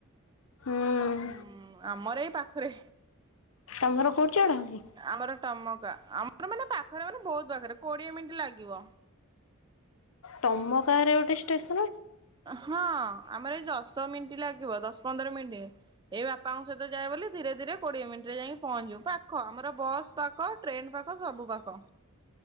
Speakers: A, on the left; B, on the right.
A: ହୁଁ।
B: ହୁଁ। ଆମର ଏଇ ପାଖରେ।
A: ତମର କଉଟ ଚଢ଼ କି?
B: ଆମର ଟମକା ଆମର ମାନେ ପାଖରେ, ମାନେ ବହୁତ ପାଖରେ। କୋଡିଏ ମିନିଟ୍ ଲାଗିବ।
A: ତମ କା ରେ ଗୋଟେ ଷ୍ଟେସ
B: ହଁ, ଆମର ଏଇ ଦଶ ମିନ୍ଟି ଲାଗିବ। ଦଶ ପନ୍ଦର ମିନ୍ଟି। ଏଇ ବାପାଙ୍କ ସହିତ ଯାଏ ବୋଲି, ଧୀରେ ଧୀରେ କୋଡିଏ ମିନ୍ଟି ରେ ଯାଇଁକି ପହଞ୍ଚିବୁ। ପାକ୍ ଖ ଆମର ବସ୍ ପାଖ, ଟ୍ରେନ ପାଖ, ସବୁ ପାଖ।